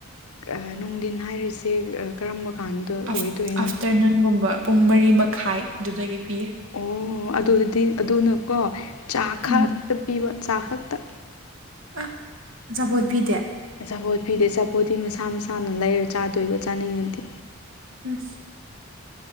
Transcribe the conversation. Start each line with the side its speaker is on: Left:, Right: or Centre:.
Left: ꯑ ꯅꯨꯡꯗꯤꯟ ꯍꯥꯏꯔꯤꯁꯦ ꯁꯦ ꯑ ꯀꯔꯝꯕ ꯀꯥꯟꯗ
Right: ꯑꯥꯐ
Left: ꯑꯣꯏꯗꯣꯏꯅꯣ
Right: ꯑꯥꯐꯇꯔꯅꯨꯟꯒꯨꯝꯕ ꯄꯨꯡ ꯃꯔꯤ ꯃꯈꯥꯏ ꯑꯗꯨꯗꯒꯤ ꯄꯤꯌꯦ
Left: ꯑꯣ ꯑꯗꯨꯗꯗꯤ ꯑꯗꯨꯅꯀꯣ ꯆꯥ
Right: ꯎꯝ
Left: ꯈꯛꯇ ꯄꯤꯕ ꯆꯥ ꯈꯛꯇ
Right: ꯑꯥ ꯑꯆꯥꯄꫭꯠ ꯄꯤꯗꯦ
Left: ꯆꯥꯄꯣꯠ ꯄꯤꯗꯦ ꯑꯆꯥꯄꯣꯠꯇꯤ ꯃꯁꯥ ꯃꯁꯥꯅ ꯂꯩꯔ ꯆꯥꯗꯣꯏꯕ ꯆꯥꯅꯤꯡꯉꯗꯤ
Right: ꯑꯁ